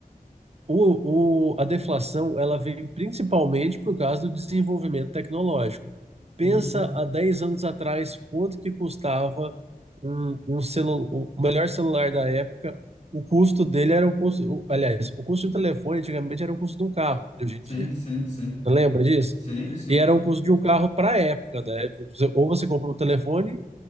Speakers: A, on the right; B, on the left.
A: O, o- a deflação ela veio principalmente por causa do desenvolvimento tecnológico. Pensa
B: Hum,
A: há 10 anos atrás quanto que custava um, um celu, o melhor celular da época. O custo dele era o custo, o- aliás, o custo de um telefone antigamente era o custo de um carro de hoje em
B: Sim,
A: dia.
B: sim, sim.
A: Você lembra disso?
B: Sim, sim.
A: E era o custo de um carro para a época, né? Ou você compra um telefone